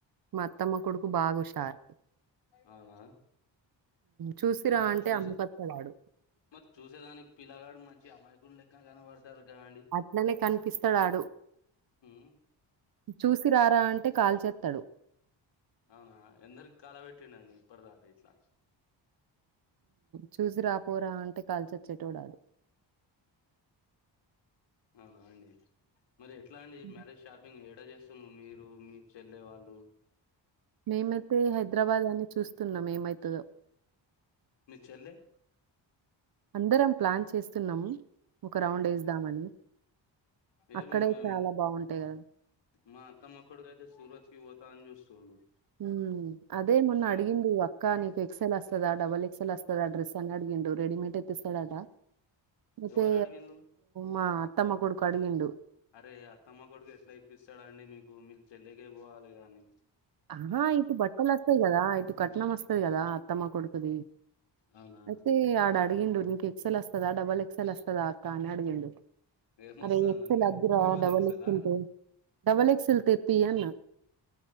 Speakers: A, on the right; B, on the left.
A: మా అత్తమ్మ కొడుకు బాగా హుషారు
B: అవునా
A: చూసిరా
B: మరి
A: అంటే
B: చూసే
A: అమ్మకస్తడాడు
B: మరి చూసేదానికి పిల్లగాడు మంచి అమ్మాయికుని లెక్క కనపడు తర్ గండి
A: అట్లనే కనిపిస్తడాడు
B: మ్
A: చూసి రారా అంటే కాల్చస్తాడు
B: అవునా ఎందరికి కలబెట్టింఅండి ఇప్పటిదాకా ఇట్లా
A: చూసి రాపోరా అంటే కాల్చచ్చేటోడు ఆడు.
B: అవునా అండి మరి ఎట్లా అండి
A: హ్మ్.
B: మ్యారేజ్ షాపింగ్ ఏడా చేస్త మీరు మీ చెల్ల వాళ్ళు
A: మేమైతే హైదరాబాద్ అని చూస్తున్నాం ఏమైతదొ.
B: మీ చెల్లె
A: అందరం ప్లాన్ చేస్తున్నాము. ఒక రౌండ్
B: ఆహా
A: వేదామని
B: ఏమో
A: అక్కడే
B: మేం
A: చాలా బాగుంటాయి కదా.
B: మా అత్తమ్మకోడుకయితే సూరజ్ కి పోతా అని చూస్తుండు.
A: ఉమ్ అదే మొన్న
B: సూర
A: అడిగిండు అక్కా నీకు ఎక్సెల్ అస్తద డబల్ ఎక్ ఎక్సెల్ అస్తద డ్రెస్ అని అడిగిండు రెడిమేట్ తెస్తాడట అయితే
B: ఎవరు అడిగిండ్లు
A: మా అత్తమ్మ కొడుకు అడిగిండు
B: అరే అత్తమ్మ కొడుకు ఎట్లా ఇప్పిస్తాడండి మీకు మీ చెల్లక పోవాలి కానీ
A: ఆహా ఇటు బట్టలు వస్తాయి కదా ఇటు కట్నం వస్తది కదా అత్తమ్మ కొడుకుది.
B: అవునా
A: అయితే ఆడు అడిగిండు నీకు ఎక్సెల్ వస్తదా డబల్ ఎక్సల్ వస్తదా అక్క అని అడిగిండు
B: ఏమొస్తుందండి
A: అరే ఎక్సెల్
B: మీరు
A: అదురా
B: ట్రిబల్
A: డబల్
B: ఎక్సెలా
A: ఎక్స్ ఎల్ డబల్ ఎక్స్ ఎల్ తెపియి అన్న